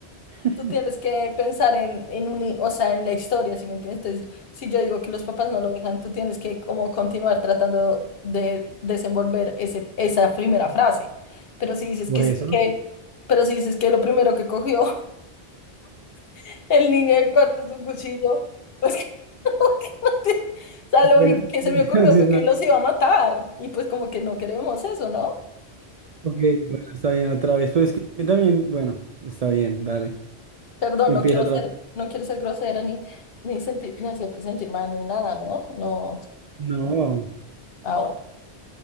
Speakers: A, on the right; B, on the left.
A: <laughs>
B: Tú tienes que pensar en, en un, i- o sea, en la historia, ¿sí me entiendes? Entonces, si yo digo que los papás no lo dejan, tú tienes que como continuar tratando de desenvolver ese, esa primera frase. Pero si dices
A: Por
B: que, s-
A: eso.
B: que, pero si dices que lo primero que cogió <laughs> el niño del cuarto es un cuchillo, pues, <laughs> o sea, lo
A: Bueno,
B: único que
A: <laughs>
B: se
A: entonces,
B: me ocurrió fue que
A: no.
B: los iba a matar. Y pues como que no queremos eso, ¿no?
A: Ok, bueno, está bien otra vez. Pero es que también, bueno, está bien, dale.
B: Perdón,
A: Empieza
B: no quiero
A: otra
B: ser,
A: vez.
B: no quiero ser grosera ni, ni sentir, ni hacer sentir mal ni nada, ¿no? No.
A: No,
B: Ah, bueno.